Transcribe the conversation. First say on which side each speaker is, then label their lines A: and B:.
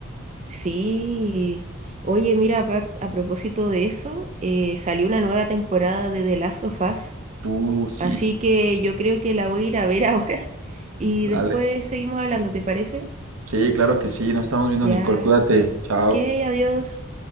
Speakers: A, on the right; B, on the right.
A: Sí. Oye, mira, apar- a propósito de eso, eh, salió una nueva temporada de The Last of Us,
B: Uh, sí,
A: así
B: sí,
A: que
B: sí.
A: yo creo que la voy a ir a ver <laughs> ahora y
B: Dale.
A: después seguimos hablando, ¿te parece?
B: Sí, claro que sí. Nos estamos viendo,
A: Ya.
B: Nicole. Cuídate. Chao.
A: Ok, adiós.